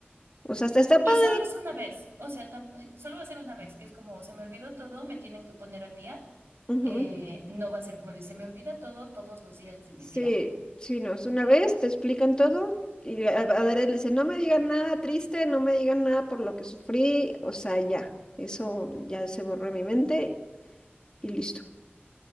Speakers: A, on the left; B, on the right.
A: o sea, hasta está
B: Y
A: padre.
B: solo es una vez. O sea, tamp- solo va a ser una vez, que es como se me olvidó todo, me tienen que poner al día.
A: Ujú.
B: eh, no va a ser como dice, me olvida todo todos los días de mi
A: Sí,
B: vida.
A: sí, no, es una vez, te explican todo y a Adrián le dice, no me digan nada triste, no me digan nada por lo que sufrí, o sea, ya, eso ya se borró de mi mente y listo,